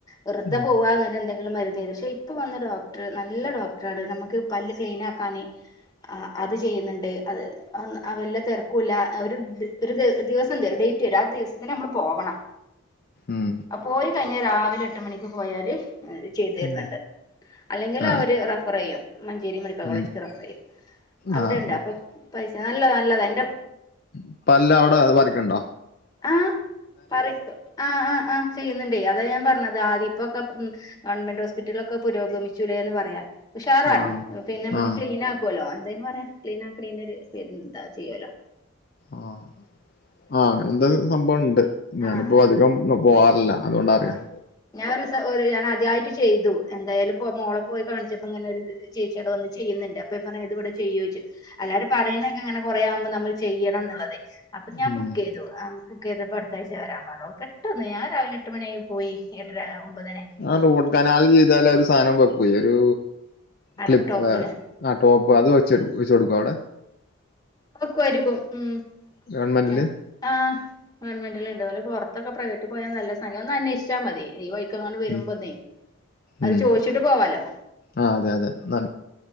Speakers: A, on the left (about 20°); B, on the left (about 45°).
A: വെറുതെ
B: ഉം
A: പോവു ന്നട്ടം എന്തെങ്കിലും മരുന്ന് പക്ഷെ ഇപ്പൊ വന്ന ഡോക്ടർ നല്ല ഡോക്ടറാണ് നമുക്ക് പല്ല് ക്ലീന ആക്കാന് ആഹ് അത് ചെയ്യുന്നുണ്ട് അതെ വല്ല തിരക്കൂല്ല ഒരു ഒരു ദിവസം തരും ഡേറ്റ് വരും ആ ദിവസ തന്നെ നമ്മള് പോകണം
B: ഉം
A: ആ പോയി കഴിഞ്ഞ രാവിലെ എട്ട് മണിക്ക് പോയാല് ചെയ്ത് തര്ന്നണ്ട്
B: ഉം
A: അല്ലെങ്കിൽ
B: ആഹ്
A: അവര് റഫർ ചെയ്യോ മഞ്ചേരി മ ള ഫ
B: ഉം
A: ചെയ്യും അവിടെ
B: ആഹ്
A: ഉണ്ട്
B: ഓക്കെ
A: അപ്പൊ പൈസ നല്ലത നല്ലതാ അതിന്റെ
B: ഇപ്പല്ല അവിടെ അത് പറക്കണ്ടോ
A: ആഹ് പറു ആ ആഹ് ആഹ് ചെയ്യുന്നുണ്ടേ അതാ ഞാൻ പറഞ്ഞത് ആദ്യ ഇപ്പൊക്കെ ഗവൺമെന്റ് ഹോസ്പിറ്റലക്കെ പുരോഗമിച്ചൂേ എന്ന് പറയാ ഉഷാറാണ്
B: ആഹ്
A: പിന്നെ നമ്മ
B: ആഹ്
A: ക്ലീൻ ആ ആലോ എന്തായന് പറയാം ക്ലീൻ ആക്കണ എന്താ ചെയ്യല്ലോ
B: ആഹ ആഹ അങ്ങനെ എന്താ സംഭവുണ്ട് ഞാനിപ്പോ
A: ആ
B: അധികം പോവാറില്ല അതുകൊണ്ടറാം
A: ആ ഞാൻ ഒരു ഞാന അദ്യമായിട്ട് ചെയ്തു എന്തായാലും മോളെ പോയി കാണിച്ചപ്പോ ഇങ്ങനെ ചെയ് ചച്ചട വന്ന് ചെയ്യുന്നുണ്ട്പ്പ ഇ പറ ഇവിടെ ചെയ്യോ ചോച്ചു അല്ലാരും പറയുന്നൊക്കെ ഇങ്ങനെ കൊറ ആവുമ്പോ നമ്മൾ ചെയ്യണം എന്നുള്ളത്െ അപ്പൊ ഞാൻ
B: ഉം
A: ബുക്ക്്ത് ബുക്ക് ചെയ്ത് അടുത്തഴ്ച വരാൻ പററോ പെട്ടന്ന് ഞാൻ രാവിലെ എട്ട് മണിയായി പോയി എട്ടര ഒമ്പതന്
B: ആ റോഡ് കനാൽ ചെയ്താാല ഒരു സാധനം വെക്ക ഒരു
A: അട
B: ക്ലിപ്പ്
A: ടോപ്പില്
B: ആ ടോപ്പ് അത് വച്ച വെച്ച കൊടുക്കും അവിടെ
A: ഒക്കായിരിക്കും ഉ
B: ഗവൺമെന്റില്
A: ആ് ഗവൺമെന്റിൽ ഉണ്ടലെ പുറത്തൊക്കെ പ്രൈവറ്റിൽ പോയാ നല്ല സംമയം ഒന്ന് അന്വേഷിച്ചാൽ മതി ഈ എാൻ വരുമ്പോതെ
B: ഉം
A: അത്
B: ഉം
A: ചോദിച്ചിട്ട് പോവാലോ
B: ആഹ് അതെ അതെ ഒന്ന്